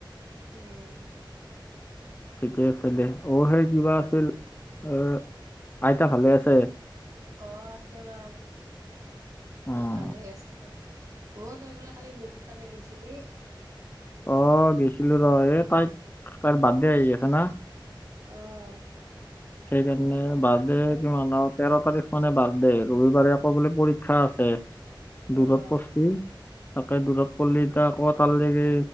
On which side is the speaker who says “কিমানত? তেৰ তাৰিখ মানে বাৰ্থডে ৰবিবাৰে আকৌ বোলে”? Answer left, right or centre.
Left